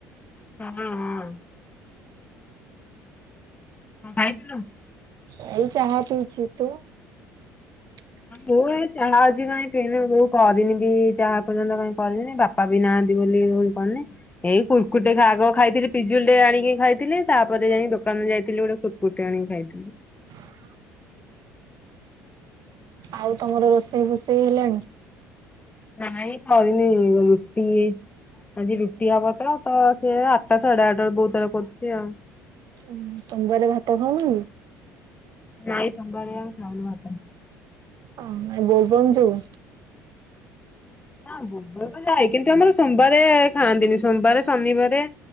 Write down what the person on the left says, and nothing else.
ହଁ ହଁ। କଣ ଖାଇଥିଲୁ?
ମୁଁ ଏଇ ଚାହା ଆଜି କାଇଁ ପିଇନି, ବୋଉ କରିନି ବି ଚାହା ଏ ପର୍ଯ୍ୟନ୍ତ କାଇଁ କରିନି, ବାପା ବି ନାହାଁନ୍ତି ବୋଲି ଇଏ ହୋଇ କହନି, ଏଇ କୁରକୁରିଟେ ଆଗ ଖାଇଥିଲି ପିଜୁଳିଟେ ଆଣିକି ଖାଇଥିଲି, ତାପରେ ଯାଇଁକି ଦୋକାନକୁ ଯାଇ ବିଥିଲି ଗୋଟେ କୁରକୁରିଟେ ଆଣିକି ଖାଇଥିଲି।
ନାଇଁ ସରିନି ରୁଟି ଏଇ ଆଜି ରୁଟି ହବ ତ, ତ ସିଏ ଆଠଟା ସାଢେ ଆଠଟା ବେଳେ ବୋଉ ତାର କରୁଛି ଆଉ।
ନାଇଁ ସୋମବାରିଆ ଖାଉନୁ ଭାତ।
ହଁ ବୋଲବମ୍ ତ ଯାଏ କିନ୍ତୁ ଆମର ସୋମବାରେ ଖାଆନ୍ତିନି। ସୋମବାର, ଶନିବାରେ